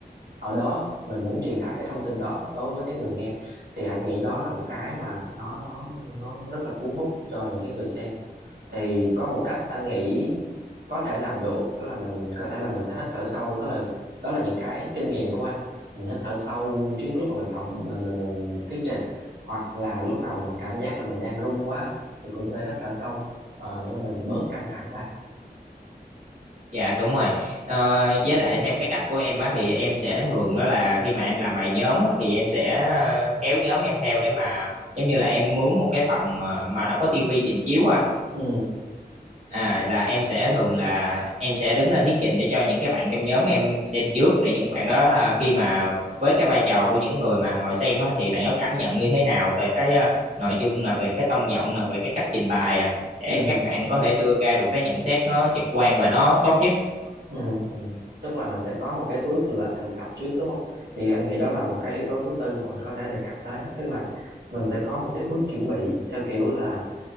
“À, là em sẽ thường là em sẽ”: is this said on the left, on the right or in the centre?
Right